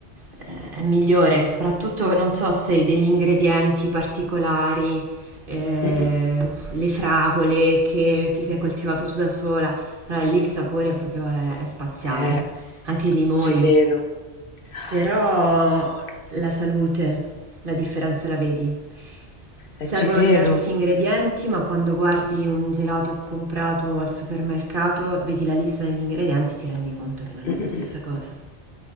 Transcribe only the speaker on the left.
Mh-mh.
Eh,
ci credo. Ah,
Che buono.
Eh, ci credo.
Mh-mh-mh.